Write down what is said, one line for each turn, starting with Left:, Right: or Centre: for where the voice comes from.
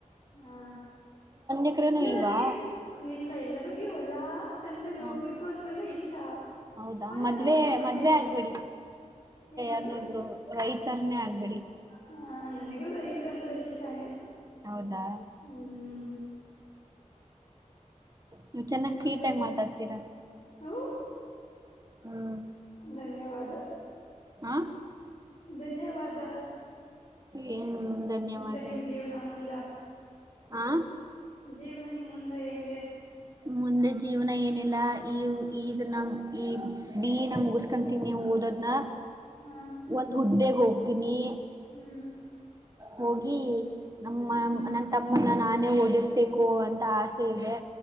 Left: ಹಾ
Right: ಎಕರೆನೂ
Left: ಅಂದ್ರೆ
Right: ಇಲ್ವಾ
Left: ನನಗೆ ಇಲ್ಲ ಇಲ್ಲ, ನನಗೆ ಹೊಲಾ ತಂತಲ್ಲಿ
Right: ಹ
Left: ಹೋಗ್ಬೇಕು ಅಂದ್ರಲ್ಲ ಇಷ್ಟ,
Right: ಹೌದಾ
Left: ಆದ್ರೆ
Right: ಮದ್ವೆ
Left: ನಮ್ಮ ಮನೇೆಯಲ್ಲಿಲ್ಲ
Right: ಮದ್ವೆ ಆಗ್ಬೇಡಿ
Left: ಈ ಮದ್ವೆ
Right: ಅನ್ನೋದ್ರು ರೈತರನೇ ಆಗ್ಬೇಡಿ
Left: ಹ ನನಗೂ ರೈತರು ಅಂದ್ರೆ ಇಷ್ಟಾನೇ.
Right: ಹೌದಾ
Left: ಹ್ಮ್ ಹ್ಮ್
Right: ನೀವ್
Left: ಹ್ಮ್
Right: ಚೆನ್ನಾಗ್
Left: ಮತ್ತೆ
Right: ಸ್ವೀಟ್ ಆಗಿ ಮಾತಾಡ್ತೀರಾ
Left: ಹೋ
Right: ಹ್ಮ್
Left: ಧನ್ಯವಾದ.
Right: ಹ
Left: ಧನ್ಯವಾದ.
Right: ಏನ್ ಧನ್ಯವಾದ
Left: ಮತ್ತೆ ನಿಮ್ ಜೀವನ, ಮುಂದೆ
Right: ಆ
Left: ಜೀವನ ನಿಮ್ ಮುಂದ ಹೆ ನಿನ್ಗೆ
Right: ಮುಂದೆ ಜೀವನ ಏನಿಲ್ಲ ಈ ಈ ನ ಈ ಬಿ ನ ಮುಗಸ್ಕೊಂತೀನಿ ಓದೋದ್ನ
Left: ಹಾ
Right: ಒಂದು್ ಹುದ್ದೆ ಹೋಗ ತಿನ್ನಿ
Left: ಹ್ಮ್
Right: ಹೋಗಿ ನಮ್ಮ
Left: ಹ್ಮ್
Right: ನನ್ ತಮ್ಮನ ನಾನೇ ಓದಿಸ್ ಬೇಕು ಅಂತ ಆಸೆ ಇದೆ